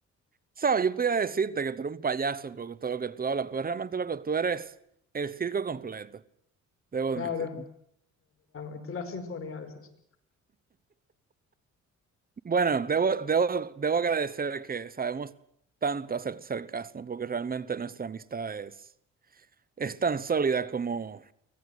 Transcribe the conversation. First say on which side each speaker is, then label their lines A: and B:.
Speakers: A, on the right; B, on the left.
A: Sabes, yo podría decirte que tú eres un payaso por todo lo que tú hablas, pero realmente lo que tú eres, el circo completo, debo
B: Claro,
A: admitirlo.
B: y tú la sinfonía de esas.
A: Bueno, debo, debo, debo agradecer que sabemos tanto hacer sarcasmo, porque realmente nuestra amistad es, es tan sólida como